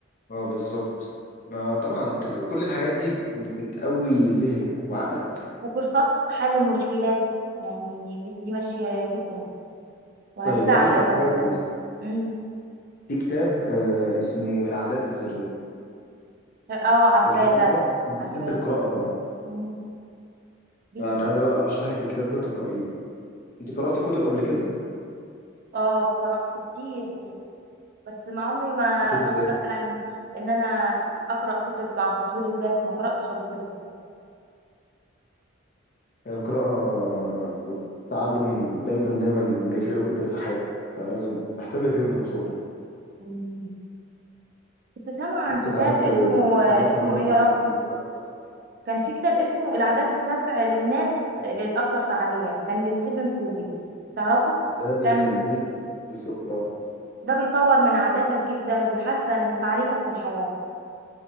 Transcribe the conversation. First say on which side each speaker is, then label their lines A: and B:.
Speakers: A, on the left (about 45°); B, on the right (about 45°).
A: اه بالظبط ما طبعا ت- كل الحاجات دي بتقوي ذهنك وعقلك
B: وكورسات حل المشكلات يعني دي دي, دي ماشية جدا وهتساعدك
A: طيب هقول لك على
B: بعد
A: حاجه
B: كده
A: كويسه
B: امم
A: في كتاب آه اسمه العادات الذريه
B: اه عارفاه
A: الكتاب
B: ده
A: ده انت
B: عارفاه
A: بتحب القراءه طبعا
B: امم جدا
A: انا عايز اقول ارشح لك الكتاب ده تقرأيه انت قرأت كتب قبل كده
B: اه قرأت كتير كتب بس ما عمري ما
A: كتب
B: قلت
A: زي
B: مثلا ان انا اقرأ كتب عن تطوير الذات ما قرأتش قبل كده
A: هي القراءة والتعلم دايما دايما بيفرقوا جدا في حياتي فلازم بهتم بيهم من صغري
B: مم. كنت سامعة
A: حتى
B: عن كتاب
A: اتعلمت
B: اسمه
A: اتعلمت
B: اسمه
A: مهارات
B: ايه
A: جديدة
B: يا ربي
A: زي اللغات وبتاع.
B: كان في كتاب اسمه العادات السبع للناس الأكثر فعالية كان لستيفن كوفي تعرفه
A: ده بيخليك
B: كان
A: بالظبط اه
B: ده بيطور من عاداتك جدا وبيحسن فعاليتك في الحياة